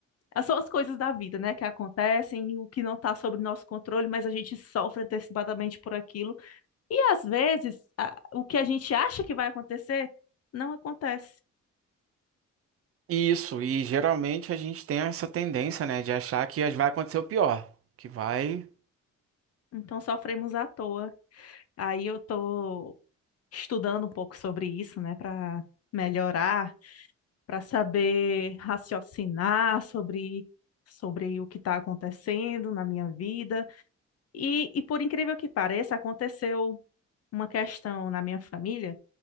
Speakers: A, on the left; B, on the right.
A: é, São as coisas da vida, né, que acontecem, o que não está sob nosso controle, mas a gente sofre antecipadamente por aquilo. E às vezes, a- o que a gente acha que vai acontecer, não acontece.
B: Isso, e geralmente a gente tem essa tendência, né, de achar que as- vai acontecer o pior, que vai...
A: Então sofremos à toa. Aí eu estou estudando um pouco sobre isso, né, para melhorar, para saber raciocinar sobre sobre o que está acontecendo na minha vida E, e por incrível que pareça, aconteceu uma questão na minha família